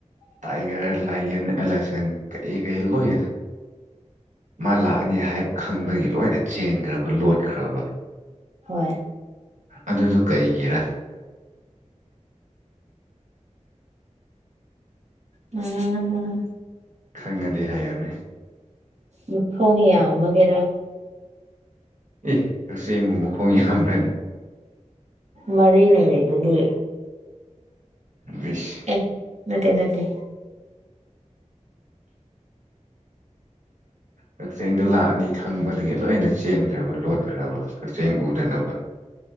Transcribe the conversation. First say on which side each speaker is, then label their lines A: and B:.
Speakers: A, on the right (about 75°); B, on the right (about 65°).
A: ꯇꯥꯏꯒꯔ ꯂꯥꯏꯌꯟ ꯑꯦꯂꯤꯐꯦꯟ ꯀꯩ ꯀꯩ ꯂꯣꯏꯅ ꯃꯥ ꯂꯥꯛꯑꯅꯤ ꯍꯥꯏꯕ ꯈꯪꯕꯗꯒꯤ ꯂꯣꯏꯅ ꯆꯦꯟꯈ꯭ꯔꯕ ꯂꯣꯠꯈ꯭ꯔꯕ
B: ꯍꯣꯏ
A: ꯑꯗꯨꯗꯣ ꯀꯩꯒꯤꯔꯥ
B: ꯎꯝ
A: ꯈꯪꯉꯗꯤ ꯍꯥꯏꯌꯨꯅꯦ
B: ꯃꯈꯣꯡ ꯌꯥꯝꯕꯒꯤꯔꯥ
A: ꯑꯦ ꯀꯛꯆꯦꯡꯕꯨ ꯃꯈꯣꯡ ꯌꯥꯝꯕ꯭ꯔꯅꯦ
B: ꯃꯔꯤ ꯂꯩꯔꯤꯗꯨꯗꯤ
A: ꯕꯤꯁ
B: ꯑꯦ ꯅꯠꯇꯦ ꯅꯠꯇꯦ
A: ꯀꯛꯆꯦꯡꯗꯣ ꯂꯥꯛꯑꯅꯤ ꯈꯪꯕꯗꯒꯤ ꯂꯣꯏꯅ ꯆꯦꯟꯈ꯭ꯔꯕ ꯂꯣꯠꯈ꯭ꯔꯕ ꯀꯛꯆꯦꯡ ꯎꯗꯅꯕ